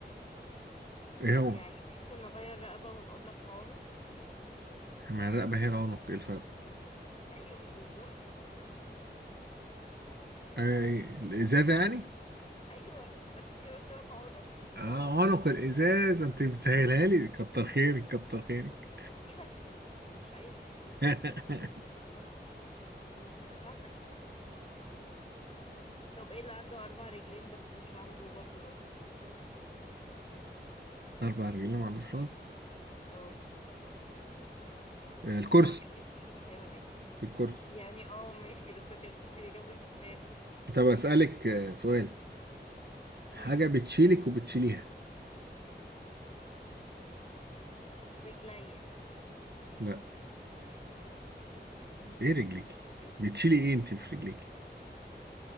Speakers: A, on the right; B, on the left.
A: ايه هو
B: يعني ممكن نغير رقبة ونقول لك عنق
A: ما الرقبه هي العنق ايه الفرق
B: ايوه بالظبط
A: آه، إيه، الازازه يعني
B: ايوه عشان كده قلت لك عنق
A: اه
B: عنق إز-
A: عنق الازازه انت بتسهلها لي كتر خيرك كتر خيرك
B: بدي لك هنت مش عايز هنت
A: <laughs>
B: الله كنت بساعدك طب ايه اللي عنده اربع رجلين بس مش عنده برضه راس
A: أربع رجلين ما عندوش راس
B: اه
A: آه، الكرسي
B: طبعا اكيد مش الحيوانات
A: الكرسي
B: يعني اه ماشي بس ما كانتش دي الاجابة اللي في دماغي
A: طب أسألك آه، سؤال حاجة
B: امم
A: بتشيلك وبتشيليها
B: رجليا
A: لا إيه رجليك
B: ايه ده
A: بتشيلي إيه أنت في رجليك